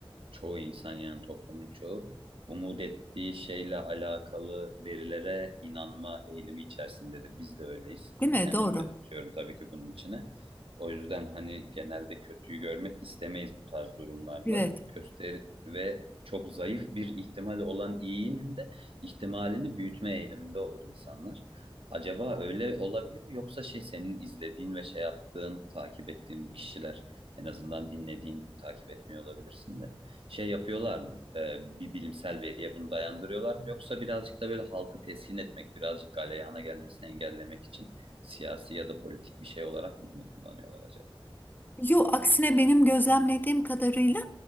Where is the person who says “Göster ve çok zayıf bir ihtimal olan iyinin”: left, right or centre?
Right